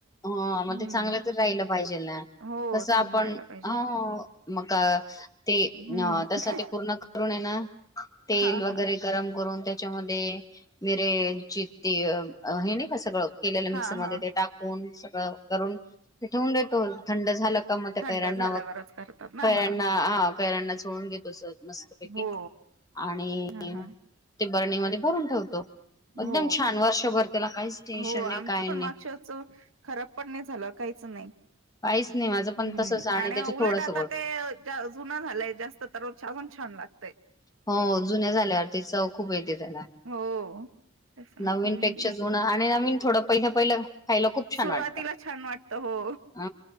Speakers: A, on the left; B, on the right.
A: हो मग
B: हम्म
A: ते चांगलं तर राहिलं पाहिजे ना.
B: हो
A: कस
B: चांगला
A: आपण
B: राहिला पाहिजे.
A: ह मग ते
B: हम्म.
A: तस
B: हा
A: ते पूर्ण करून येणार. तेल
B: हा
A: वगैरे गरम करून त्याच्यामध्ये मरेित हे नाही का सगळं केलेलं
B: हा
A: मिक्सर मध्ये
B: हा
A: ते टाकून. स करून पठवून देतो थंड झालं. म होते
B: थंड
A: कैरैरणणा
B: झाल्यावरच करतात ना हा
A: हा कैरणा सोळून घेतो मस्तपैकी
B: हो.
A: आणि
B: हा हा
A: ते बरणीमध्ये भरून ठेवतो. एकदम
B: हो
A: छान वर्षभर त्याला काहीच टेन्शन
B: हो
A: नाही
B: आमचं
A: काही
B: पण
A: नाही
B: माक्षच. खराब पण नाही झालं काहीच नाही.
A: पाहीस नाही. माझं
B: हम्म
A: पण तसच
B: आणि
A: त्याचे
B: उलट
A: थोडंसं
B: आता
A: गुळ
B: ते जुनं झालंय जास्त तरजून छान लागत.
A: हो जुन्या झाल्यावरती च खूप येते त्याला
B: हो. तेच ना हम्म
A: नवीन पेक्षा जुनं आणि नवीन थोडं पहिलं पहिलं. खायला खूप छान
B: सुरुवातीला
A: वाटत
B: छान वाटत हो
A: अ